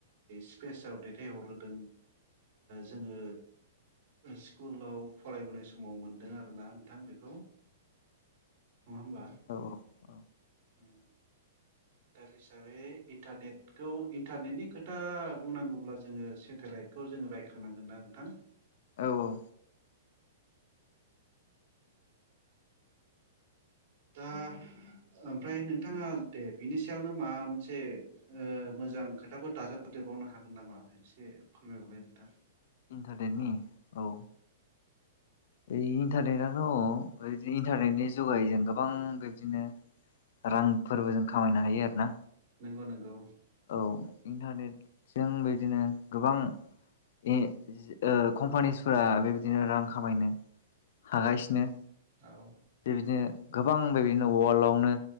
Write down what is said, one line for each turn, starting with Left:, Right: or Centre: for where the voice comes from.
Right: स्पेसाव दैथायहरहोदों जोङो स्कुलाव फरायबोनाय समाव मोनदों आरोना नोंथां बेखौ नङा होमबा?
Left: औ औ
Right: ओम दा बे हिसाबै इन्टारनेटखौ इन्टारनेटनि खोथा बुंनांगौब्ला जोङो सेटेलाइटखौ जोङो रायखांनांगोन ना नोंथां?
Left: औ औ
Right: दा ओमफ्राय नोंथाङा दे बिनि सायावनो माबा मोनसे ओ मोजां खोथाफोर दाजाबदेरबावनो हागोन नामा एसे फोरमायबावलाय नोंथां।
Left: इन्टारदेटनि औ ओ इन्टारनेटथ' बेदि इन्टारनेटनि जुगायजों गोबां बिब्दिनो। रां फोरबोजों ख खामायनो हायो आरो ना?
Right: नोंगौ नोंगौ।
Left: औ इन्टारनेटजों बेदिनो गोबां ए ओ कम्पानिसफोरा बे। बिदिनो रां खामायनो। हागासिनो
Right: औ
Left: बेबायदिनो गोबां बेबायदिनो वलाडआवनो